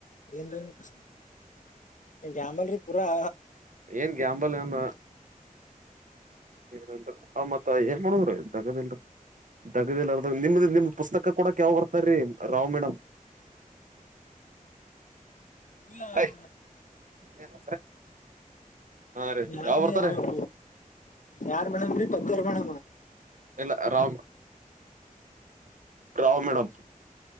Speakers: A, on the left; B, on the right.
A: ಏನ್ರನ್ ಜಂಬಲ್ರಿೀ ಪೂರಾ
B: ಏನ್ ಗಂಬಲ್ ನ್ ಏ ಮತ್ತ ಏನ್ ಮಾಡ ಗದಲ್ ದಗದಲ್ ನಿಮ್ದ ನಿಮ್ದ್ ಪುಸ್ತಕ ಕೂಡ ಕೆ ಯಾವ ಬರ್ತಾರೀ ರಾವ್ ಮೇಡಮ್
A: ಇಲ್ಲ ಅವ
B: ಏಯ್ ಏನ್ ಹಾ ರೀ
A: ಯಾರ್ರೀ
B: ಯಾವ್ ಬರ್ತಾರ
A: ಅವರು ಯಾರ್ ಮೇಣಂಗ್ರೀ ಪತ್ತರ್ ಮೇಣ
B: ಇಲ್ಲ ರಾಮ್ ರಾಮ್ ಮೇಡಮ್